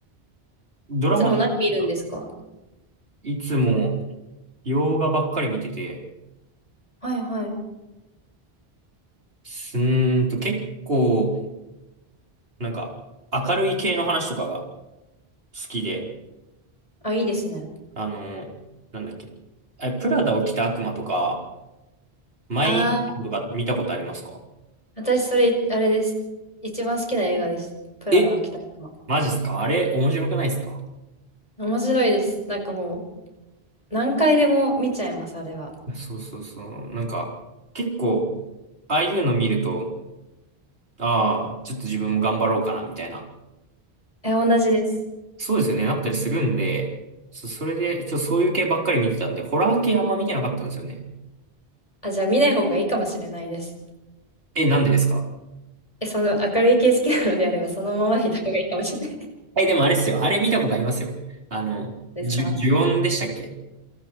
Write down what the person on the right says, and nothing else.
ドラマですか
いつも洋画ばっかり見てて、
すーんと結構、なんか明るい系の話とかが好きで、
あの、なんだっけ。え、プラダを着た悪魔とか、マインカンとか見たことありますか
え、マジっすかあれ面白くないっすか
そうそうそう。なんか、結構、ああいうの見ると、ああ、ちょっと自分も頑張ろうかな、みたいな。
そうですよね、なったりするんで、そ、それで、ちょ、そういう系ばっかり見てたんで、ホラー系あんま見てなかったんですよね。
え、なんでですか
え、でもあれっすよ。あれ見たことありますよ。あの、
ジュ、ジュオンでしたっけ